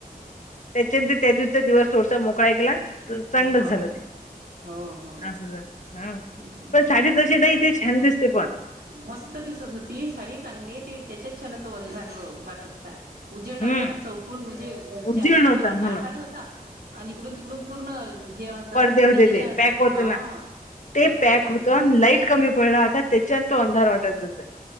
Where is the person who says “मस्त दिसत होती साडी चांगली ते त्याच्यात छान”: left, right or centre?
Right